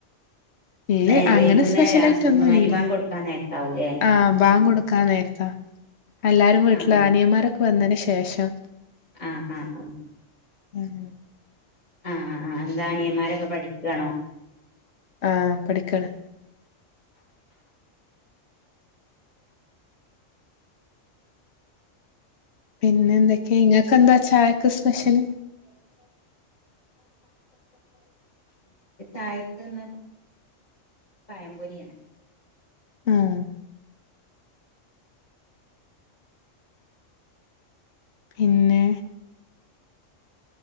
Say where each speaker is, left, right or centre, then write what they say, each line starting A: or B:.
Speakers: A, on the left; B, on the left.
A: ഇല്ല്യാ
B: ഏ വൈകുന്നേരം
A: അങ്ങനെ സ്പെഷ്യലായിട്ടൊന്നുല്ല്യാ
B: മഗ്‌രിബാങ്ക് കൊടുക്കാൻ നേരത്താവൂലേ
A: ആ ബാങ്ക് കൊടു ക്കാന്നേരത്താ എല്ലാരും വീട്ടില്
B: ആ
A: അനിയന്മാരൊക്കെ വന്നതിന് ശേഷം
B: ആ ആ ആ
A: മ്ഹും
B: ആ ആ ആ എന്താ അനിയന്മാരൊക്കെ പഠിക്കാണോ
A: ആ പഠിക്കാണ്
B: <unintelligible> <unintelligible> <unintelligible>
A: പിന്നെ എന്തൊക്കെയാ ഇങ്ങക്കെന്താ ചായക്ക് സ്പെഷ്യല്
B: ചായക്ക്ന്ന് പയംപൊരിയാണ്
A: ആഹ് പിന്നെ